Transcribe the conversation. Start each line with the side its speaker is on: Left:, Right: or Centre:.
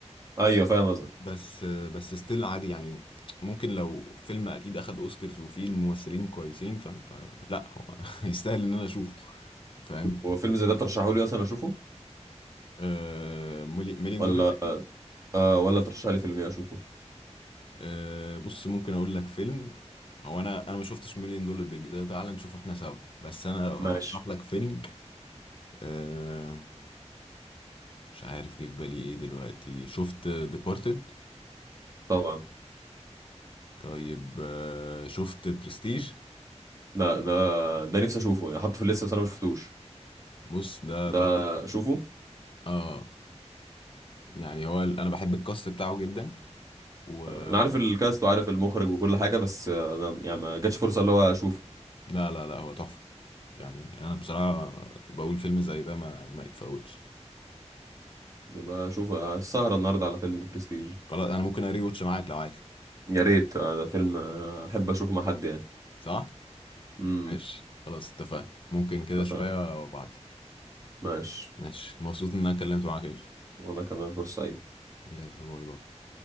Right: ايوه فاهم قصدك
Left: بس بس ستيل عادي يعني ممكن لو فيلم أكيد أخد أوسكارز وفيه الممثلين كويسين فاهم فلا هو <laughs> يستاهل إن أنا أشوفه فاهم
Right: هو فيلم زي ده ترشحه لي اصلا اشوفه
Left: آه مليون
Right: ولا
Left: دولار بيبي
Right: آه ولا ترشح لي فيلم إيه اشوفه
Left: آه بص ممكن اقول لك فيلم هو انا انا ما شفتش مليون دولار بيبي ده تعال نشوفه احنا سوا بس انا لو هرشح
Right: ماشي
Left: لك فيلم آه مش عارف جه في بالي ايه دلوقتي شفت ديبارتد
Right: طبعا
Left: طيب آه شفت برستيج
Right: لا ده ده نفسي اشوفه يعني حاطه في الليسته بس انا ما شفتوش
Left: بص ده
Right: ده
Left: تحفة
Right: اشوفه
Left: اه يعني هو ال- انا بحب الكاست بتاعه جدا و...
Right: انا عارف
Left: و...
Right: الكاست وعارف المخرج وكل حاجه بس انا يعني ما جاتش فرصه اللي هو اشوفه
Left: لا لا لا هو تحفة يعني انا بصراحة بقول فيلم زي ده ما ما يتفوتش
Right: يبقى اشوفه السهره النهارده على فيلم ذا برستيج
Left: خلاص انا ممكن اري واتش معاك لو عايز
Right: يا ريت آه، ده فيلم آه، احب اشوفه مع حد يعني
Left: صح
Right: امم
Left: ماشي خلاص اتفقنا ممكن كده
Right: اتفقنا
Left: شوية وابعتلك
Right: ماشي
Left: ماشي مبسوط ان انا اتكلمت معاك يا يوسف
Right: وانا كمان فرصه سعيد
Left: يلا باي باي